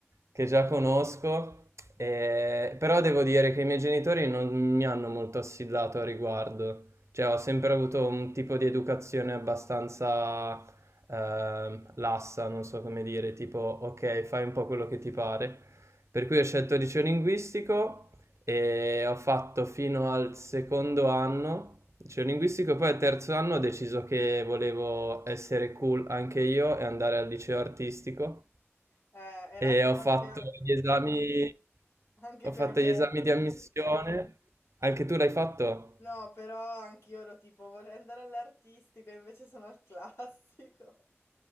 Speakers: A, on the right; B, on the left.
A: che già conosco, eh, però devo dire che i miei genitori non mi hanno molto assillato a riguardo, cioè ho sempre avuto un tipo di educazione abbastanza ehm, lassa, non so come dire, tipo ok, fai un po' quello che ti pare. Per cui ho scelto liceo linguistico e ho fatto fino al secondo anno liceo linguistico, poi al terzo anno ho deciso che volevo essere cool anche io e andare al liceo artistico
B: Eh, era
A: e
B: stato
A: ho fatto
B: anche,
A: gli esami,
B: anche
A: ho
B: per
A: fatto
B: me.
A: gli esami di ammissione. Anche tu l'hai fatto?
B: No, però anch'io ero tipo, vorrei andare all'artistico, e invece sono al classico.